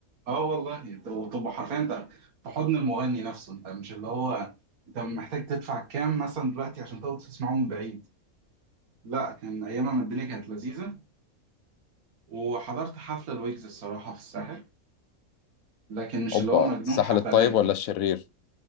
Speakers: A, on the right; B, on the left.
A: اه والله انت وتبقى حرفيا انت في حضن المغني نفسه انت مش اللي هو انت محتاج تدفع كام مثلا دلوقتي عشان تقعد تسمعه من بعيد لا كان ايامها ما الدنيا كانت لذيذه وحضرت حفله الويجز الصراحه في الساحل لكن مش
B: اوبا
A: اللي هو مجنون
B: الساحل
A: حفلات
B: الطيب ولا
A: يعني
B: الشرير